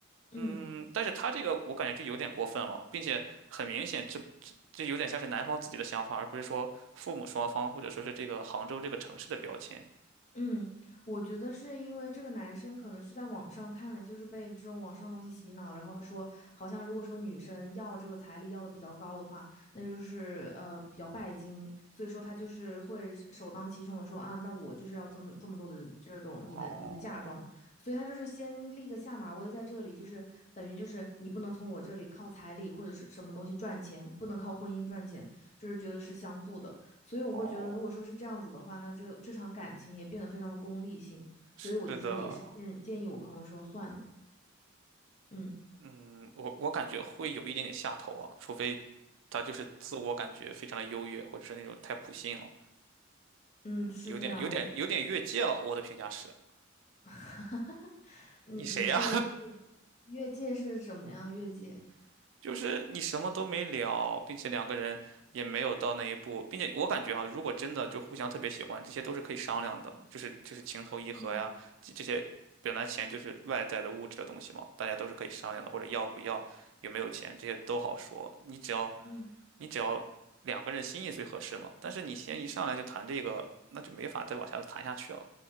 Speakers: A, on the left; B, on the right.
A: 嗯
B: 嗯但是他这个我感觉就有点过分了，并且很明显这，这这有点像是男方自己的想法，而不是说父母双方或者说是这个杭州这个城市的标签。
A: 嗯，我觉得是因为这个男生可能是在网上看了，就是被这种网上的东西洗脑，然后说好像如果说女生要这个彩礼要的比较高的话，那就是呃比较拜金，所以说他就是会是首当其冲的说啊，那我就是要这么这么多的这种你的你的嫁妆，
B: 哦
A: 所以他就是先立个下马威在这里，就是等于就是你不能从我这里靠彩礼或者是什么东西赚钱，不能靠婚姻赚钱，就是觉得是相互的。所以我会觉得，
B: 哦，
A: 如果说是这样子的话，那这这场感情也变得非常的功利性。所以我就是也是建建议我朋友说算了，
B: 是的，
A: 嗯
B: 嗯，我我感觉会有一点点下头啊，除非他就是自我感觉非常的优越，或者是那种太普信了，
A: 嗯，是这样。
B: 有点有点有点越界了。
A: 我
B: 我的评价是，
A: <laughs>，你你说的越界，
B: 你谁呀、
A: 越界是怎么样越界？
B: <laughs> 就是你什么都没聊，并且两个人也没有到那一步，并且我感觉哈、如果真的就互相特别喜欢，这些都是可以商量的，就是就是情投意合呀，
A: 嗯
B: 这这些本来钱就是外在的物质的东西嘛，大家都是可以商量的，或者要不要，有没有钱，这些都好说，你只要。
A: 嗯，
B: 你只要两个人心意最合适嘛。但是你先一上来就谈这个，那就没法再往下谈下去了。